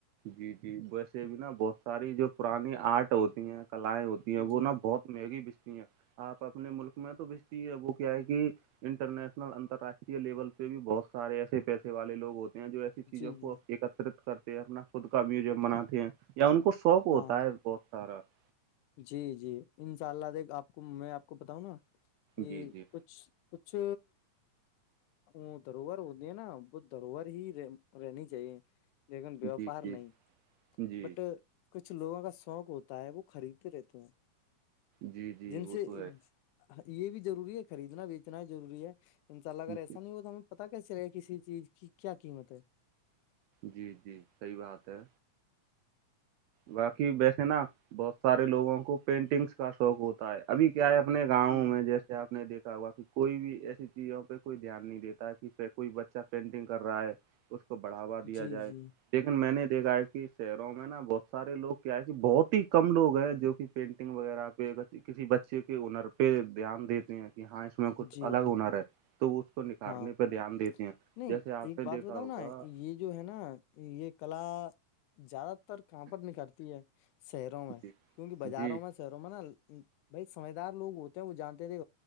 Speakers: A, on the right; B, on the left.
A: جی جی ویسے بھی نا بہت ساری جو پرانی آرٹ ہوتی ہیں کلائیں ہوتی
B: جی
A: وہ نا بہت مہنگی بجتی ہیں آپ اپنے ملک میں تو بجتی ہے وہ کیا ہے کہ انٹرنیشنل انتراشٹریہ لیول پہ بھی بہت سارے ایسے پیسے والے لوگ ہوتے ہیں جو ایے چیزوں
B: جی جی
A: کو ایکترت کرتے ہیں اپنا خود کا میوزیم بناتے ہیں یا ان کو شوق ہوتا
B: ہاں
A: ہے بہت <unintelligible>
B: جی جی ان شاء اللہ دیکھ آپ کو میں آپ کو بتاؤں نا کہ
A: جی جی
B: کچھ کچھ ا دھروہر ہوتی ہیں نا وہ دروہر ہی رہنی چاہیے لیکن ووپار
A: جی جی
B: نہیں
A: جی
B: بٹ کچھ لوگوں کا شوق ہوتا ہے وہ خریدتے رہتے ہیں
A: جی جی
B: جن
A: وہ
B: سے
A: تو ہے
B: یہ بھی ضروری ہے خریدنا بیچنا ہی ضروری ہے ان شاء اللہ اگر
A: جی
B: ایسا نہیں ہو تو ہمیں پتا کیے چلے کسی چیز کی کیا قیمت ہے
A: جی جی صحیح بات ہے باقی ویسے نا بہت سارے لوگوں کو پینٹنگس کا شوق ہوتا تا ہے ابھی کیا ہے اپنے گاؤں
B: جی جی
A: میں جیس آپ نے دیکا ہوا کہ کوئی بھی ایسی چیزوں پہ کوئی دھیان نہیں دیتا ہے کہ کوئی بچہ پینٹنگ کر رہا ہے اس کو بڑھاوا دیا
B: جی
A: جائے
B: جی
A: لیکن میں نے دیکھا ہے کہ شہروں میں نا بہت سارےوگ کیا ہے کہ بہت ہی کم لو ہیں جو کہ پینٹنگ وغیرہ پہ کسی بچے کے ہنر پہ دھیان دیتے ہیں کہ ہاں اس میں کچھ
B: جی
A: الگ
B: جی
A: ہنر ہے تو وہ اس کو نکھارنے
B: ہاں
A: پہ دھیان دیتے ہیں
B: نہیں
A: جیسے آپ
B: ایک
A: نے
B: بات
A: دیکھا
B: بتاؤ
A: ہوگا
B: نا یہ جو ہے نا یہ کلا زیادہ تر کہاں پر نکالتی ہے شہروں میں
A: جی
B: کیونکہ بازاروں
A: جی
B: میں نا بھائی سمجھدار لوگ ہوتے ہیں وہ جانتے تھے